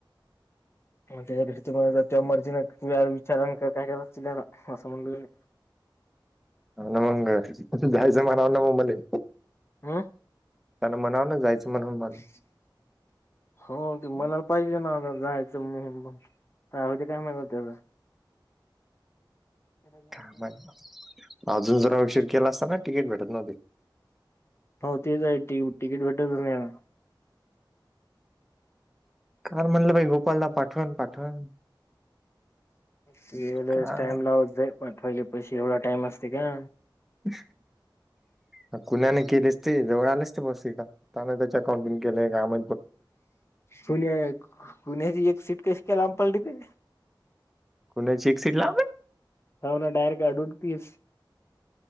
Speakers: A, on the left; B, in the centre.
A: मग त्याच्या पेक्षा तुझ्या मर्जीन तुझ्या विचारा न काय करायचं ते करा अस म्हणालोय मी.
B: अन मंग तिथं जायचं म्हणाला ना व मले.
A: अ
B: त्यांन म्हणाव ना जायचं म्हणून मले.
A: <inaudible> हो ते म्हणाल पाहिजे ना आता जायचं म्हनून म राहुदे काय म्हणा हो त्यां. त्याचं
B: काय माहित अजून जरा उशीर केला असताना तिकीट भेटत नव्हती.
A: हो तेच आहे तीकी तिकीट भेटतच नाही ना.
B: काल म्हणलं भाइ गोपालला पाठवण पाठवण.
A: ते लईच
B: काय
A: टाइम लावते पण पहिले पैशे एवढा टाइम असते का.
B: हुं हुं कुणाने केलेस ते जवळ आलेच ते बस त त्यान त्याच्या अकाउंटिंग केलंय का म
A: पुन पुण्याची एक सीट कशी का लांब पलली ते.
B: पुण्याची एक सीट लांब आहे.
A: हव ना डायरेक् अडूनपिस.